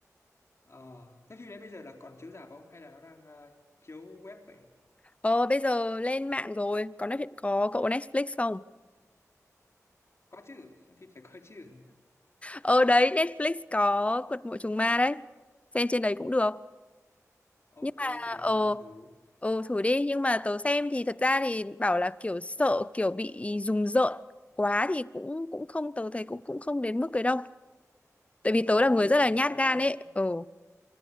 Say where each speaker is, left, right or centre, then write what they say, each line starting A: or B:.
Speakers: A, on the left (about 50°); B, on the left (about 20°).
A: Ờ, thế phim đấy bây giờ là còn chiếu rạp không? Hay là nó đang à, chiếu web vậy?
B: <laughs> ờ bây giờ lên mạng rồi có Netflix có cậu có Netflix không
A: Có chứ, phim phải có chứ.
B: ờ đấy Netflix có Quật Mộ Trùng Ma đấy xem trên đấy cũng được
A: Ok,
B: nhưng mà
A: thì để
B: ờ
A: hôm nào thử.
B: ờ thử đi nhưng mà tớ xem thì thật ra thì bảo là kiểu sợ kiểu bị rùng rợn quá thì cũng cũng không tớ thấy cũng cũng không đến mức cái đâu tại vì tớ là người
A: Ừ,
B: rất là nhát
A: vậy là
B: gan
A: nó
B: ấy ờ